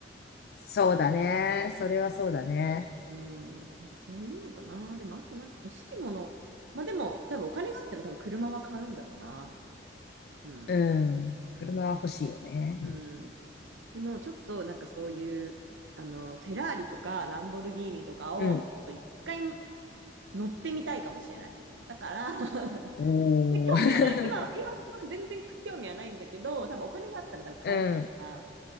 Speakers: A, on the left (about 55°); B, on the right (about 80°).
A: そうだね。それはそうだね。
B: うん、なんかそういうのかな。でも、あとなんか欲しいもの。まあでも、多分お金があったら多分車は買うんだろうな。うん。
A: うん。車は欲しいよね。
B: 多分うん。でも、ちょっとなんかそういう、あの、フェラーリとかランボルギーニとかを、
A: うん。
B: ちょっと一回乗ってみたいかもしれない。だから <laughs>
A: おー。
B: で、興味はない。今、今のところ全然興味はないんだけど、
A: <laughs>
B: 多分お金があったら多分買えるから。
A: うん、